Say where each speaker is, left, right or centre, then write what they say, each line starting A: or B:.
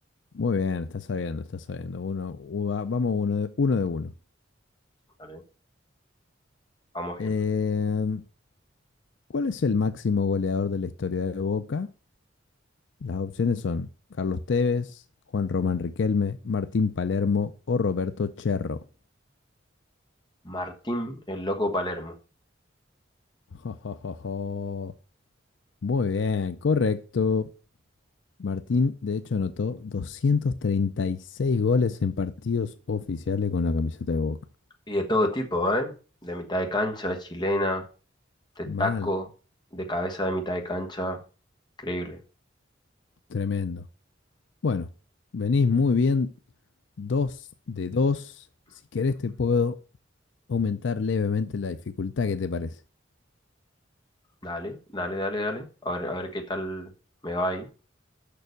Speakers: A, on the left; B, on the left.
A: Muy bien, está sabiendo, está sabiendo. Uno, u- va- vamos uno de uno. De uno.
B: Vale, Vamos bien.
A: Em, ¿cuál es el máximo goleador de la historia de Boca? Las opciones son Carlos Tevez, Juan Román Riquelme, Martín Palermo o Roberto Cherro.
B: Martín, el loco Palermo.
A: <laughs> Jo, jo, jo, jo. Muy bien, correcto. Martín, de hecho, anotó 236 goles en partidos oficiales con la camiseta de Boca.
B: Y de todo tipo, ¿eh? De mitad de cancha, de chilena, de
A: Mal,
B: taco, de cabeza de mitad de cancha. Increíble.
A: tremendo. Bueno, venís muy bien, 2 de 2. Si querés, te puedo aumentar levemente la dificultad, ¿qué te parece?
B: Dale, dale, dale, dale. A ver, a ver qué tal me va ahí.